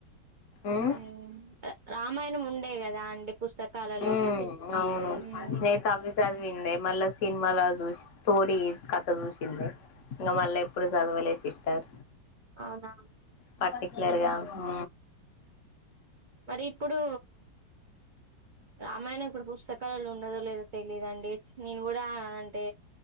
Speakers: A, on the left (about 60°); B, on the right (about 70°).
A: ఉమ్
B: ఉం రామాయణం ఉండే కదా అండి పుస్తకాలలో
A: ఉమ్ అవును
B: ఉం
A: నేనైతే అవి చదివిందే మళ్ళా సినిమాల చూసి స్టోరీ కథ చూసిందే ఇంకా మళ్ళా ఎప్పుడు చదవలే సిస్టర్
B: అవునా
A: పర్టిక్లర్గా ఉం
B: ఒ మరి ఇప్పుడు రామాయణం ఇప్పుడు పుస్తకం కాలలో ఉన్నదో లేదో తెలిదండి నేను కూడా అంటే